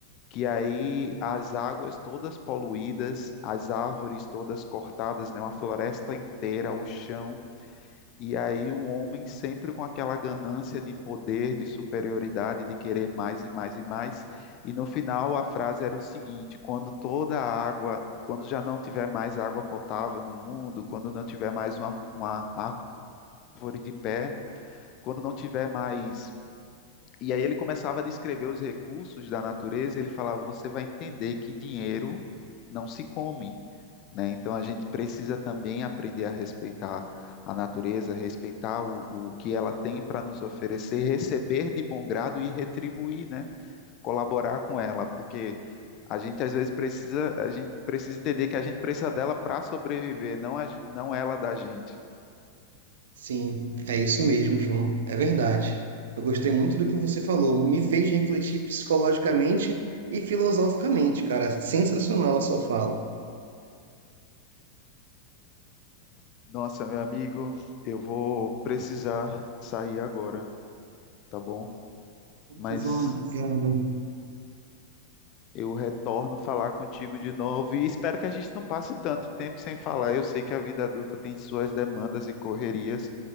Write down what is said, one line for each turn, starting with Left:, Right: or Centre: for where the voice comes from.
Left: que aí as águas todas poluídas, as árvores todas cortadas, né, uma floresta inteira, o chão e aí o homem sempre com aquela ganância de poder, de superioridade, de querer mais e mais e mais. E no final a frase era o seguinte: quando toda a água, quando já não tiver mais água potável no mundo, quando não tiver mais uma, uma árvore de pé, quando não tiver mais e aí ele começava a descrever os recursos da natureza, e ele falava, você vai entender que dinheiro não se come, né? Então a gente precisa também aprender a respeitar a natureza, respeitar o, o que ela tem para nos oferecer, receber de bom grado e retribuir, né? Colaborar com ela, porque a gente às vezes precisa, a gente precisa entender que a gente precisa dela para sobreviver, não, a, não ela da gente.
Right: Sim, é isso mesmo, João. É verdade. Eu gostei muito do que você falou. Me fez refletir psicologicamente e filosoficamente, cara. Sensacional a sua fala.
Left: Nossa, meu amigo, eu vou precisar sair agora, tá bom?
Right: Putz,
Left: mas
Right: João, obrigado.
Left: eu retorno falar contigo de novo e espero que a gente não passe tanto tempo sem falar. Eu sei que a vida adulta tem suas demandas e correrias,